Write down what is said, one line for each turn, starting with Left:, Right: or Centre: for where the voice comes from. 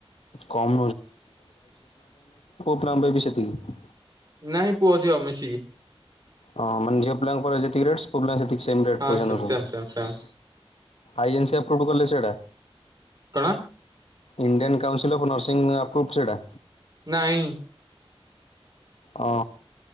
Left: କମ୍ ନବେ ବି ସେତିକି।
Right: ନାଇଁ ପୁଅ ଝିଅ ମିଶିକି।
Left: ହଁ ମାନେ ଝିଅ ପିଲାଙ୍କର ଯେତିକି ଟ ପୁଅ ସେତିକି
Right: ହଁ
Left: ପଇସା
Right: ସେମ୍
Left: ନଛନ୍ତି
Right: ସେମ୍ ସେମ୍ ସେମ୍
Left: ଆଇ ଏନ୍ସି ଆପ୍ରୁଭ କଲେ ସେଇଟା
Right: କଣ
Left: ଇଣ୍ଡିଆନ୍ କାଉନ୍ସିଲ୍ ଅଫ୍ ନର୍ସ ଇଁ ଅପ୍ରୁଁ ସେଇଟା।
Right: ନାଇ।
Left: ଓ